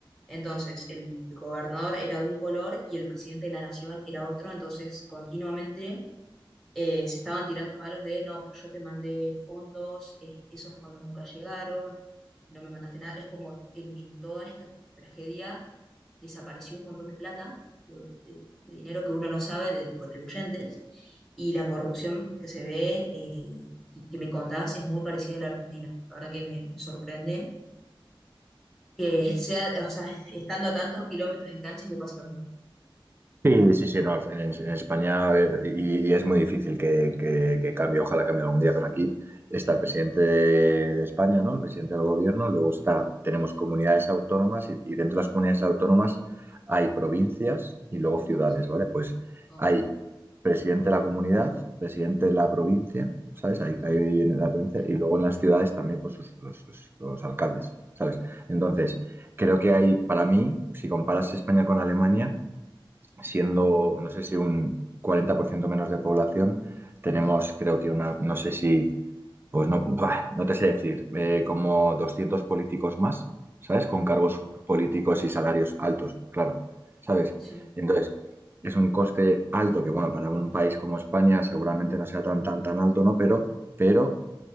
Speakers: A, in the centre; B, on the right.
A: Entonces, el gobernador era de un color y el presidente de la nación era otro, entonces continuamente eh, se estaban tirando palos de, no, pero yo te mandé fondos, eh, esos fondos nunca llegaron, no me mandaste nada. Es como en, en toda esta tragedia desapareció un montón de plata, de, de- de dinero que uno no sabe de los contribuyentes, y la corrupción que se ve, eh, que, que me contás, es muy parecida a la Argentina. La verdad que me, me sorprende que sea, o sea, <laughs> estando a tantos kilómetros de distancia que pase lo mismo.
B: Sí, sí, sí, no, en, en España a ver, y, y es muy difícil que, que- que cambie, ojalá cambie algún día, pero aquí está el presidente de España, ¿no? El presidente del gobierno, luego está, tenemos comunidades autónomas y, y dentro de las comunidades autónomas hay provincias y luego ciudades,
A: Sí,
B: ¿vale? Pues
A: ok.
B: hay presidente de la comunidad, presidente de la provincia, ¿sabes? Hay, hay en la provincia
A: Mm,
B: y luego en las ciudades también pues sus- los, sus- los alcaldes, ¿sabes? Entonces, creo que hay, para mí, si comparas España con Alemania, siendo,
A: ujú,
B: no sé si un 40% menos de población, tenemos creo que una, no sé si, pues no, buah, no te sé decir, eh, como 200 políticos más, ¿sabes? Con cargos
A: claro.
B: políticos y salarios altos, claro, ¿sabes?
A: Sí,
B: Entonces, es un coste alto que, bueno, para un país como España seguramente no sea tan, tan, tan alto, ¿no? Pero, pero